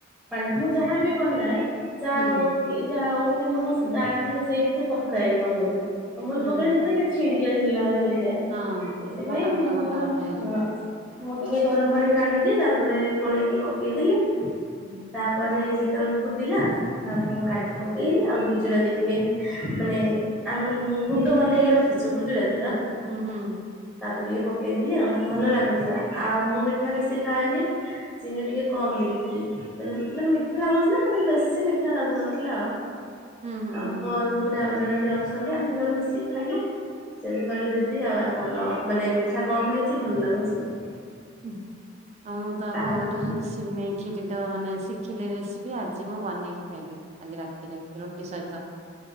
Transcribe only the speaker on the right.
ହୁଁ
ହୁଁ
ହଁ
ଗୋଟା ଗୋଟା
ଗୋଟା
ଗୋଟା ହେଇଯିବ।
ହୁଁ।
ହୁଁ ହୁଁ ହୁଁ।
ହୁଁ
ହୁଁ।
ଉଁ ହୁଁ, ଆଉ ମୁଁ ତ ଆପଣଙ୍କଠୁ
ଯୋଉ ସିମେଇ ଖିରି ତ ମାନେ ଶିଖିଲି ରେସିପି ଆଜି ମୁଁ ବନେଇକି ଖାଇବି। ଆଜି ରାତିରେ ରୁ ଟି ସହିତ।